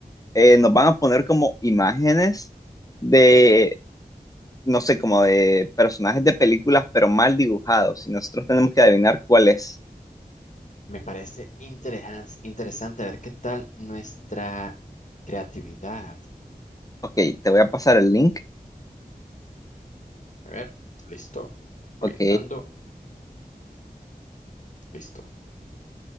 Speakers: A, on the left (about 20°); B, on the left (about 50°).
A: eh, nos van a poner como imágenes de, no sé, como de personajes de películas, pero mal dibujados y nosotros tenemos que adivinar cuál es.
B: Me parece interesante interesante ver qué tal nuestra creatividad.
A: Ok, te voy a pasar el link.
B: A ver, listo.
A: Ok,
B: Voy entrando. Listo.